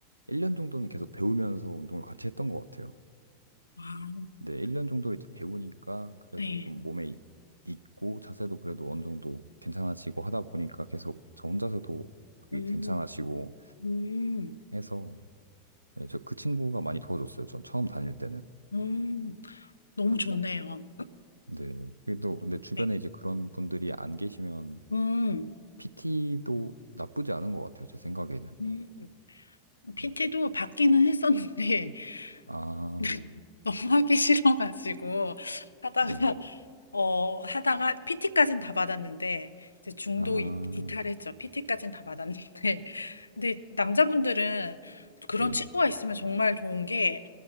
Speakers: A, on the right; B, on the left.
A: 1년 정도는 계속 배우면서 운동을 같이 했던 것 같아요.
B: 아,
A: 네, 1년 정도 이제 배우니까 그래도
B: 네.
A: 좀 몸에 이- 익고 자세도 그래도 어느 정도 괜찮아지고 하다 보니까 계속 저 혼자서도 그게
B: 음,
A: 괜찮아지고
B: 음,
A: 해서 네, 저 그 친구가 많이 도와줬어요. 전 처음 다닐 때는.
B: 음, 너무
A: 네.
B: 좋네요.
A: 근데 그게 또 근데 주변에
B: 네.
A: 이제 그런 분들이 안 계시면
B: 음,
A: PT도 나쁘지 않은 것 같아요. 제 생각에는.
B: 음. PT도
A: 네.
B: 받기는 했었는데,
A: 아,
B: <laughs> 너무 하기 싫어가지고, 하다가,
A: 네.
B: 어, 하다가, PT까진 다 받았는데, 이제 중도
A: 아,
B: 이, 이탈했죠. PT까진 다 받았는데. 근데 남자분들은 그런
A: 네.
B: 친구가 있으면 정말 좋은 게,